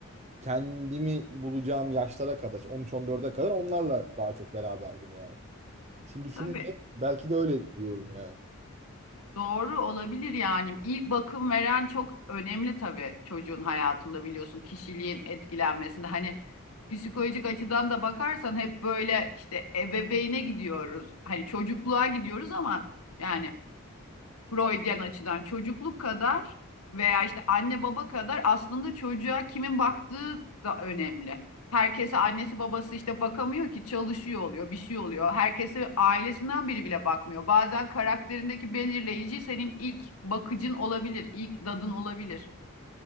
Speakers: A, on the right; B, on the left.
A: kendimi bulacağım yaşlara kadar 13-14'e kadar onlarla daha çok beraberdim yani. Şimdi düşününce
B: Tabii.
A: belki de öyle diyorum yani.
B: Doğru olabilir yani. İlk bakım veren çok önemli tabii çocuğun hayatında biliyorsun kişiliğin etkilenmesinde. Hani psikolojik açıdan da bakarsan hep böyle işte ebeveyne gidiyoruz. Hani çocukluğa gidiyoruz ama yani Freudian açıdan çocukluk kadar veya işte anne baba kadar aslında çocuğa kimin baktığı da önemli. Herkese annesi babası işte bakamıyor ki çalışıyor oluyor, bir şey oluyor. Herkese ailesinden biri bile bakmıyor. Bazen karakterindeki belirleyici senin ilk bakıcın olabilir, ilk dadın olabilir.